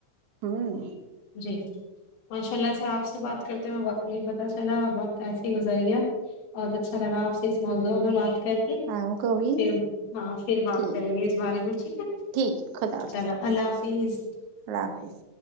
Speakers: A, on the right; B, on the left.
A: ہوں
B: جی ماشاء اللہ سے آپ سے بات کرتے ہو وقت نہیں پتہ چلا اور وقت ایسی گزر گیا بہت اچھا لگا آپ سے اس موضوع میں بات کر کے
A: آ کو بھی
B: پھر ہاں پھر بات
A: ٹھیک
B: کریں گے اس بارے میں ٹھیک ہے
A: ٹھیک خدا حافظ
B: چلو اللہ حافظ
A: اللہ حافظ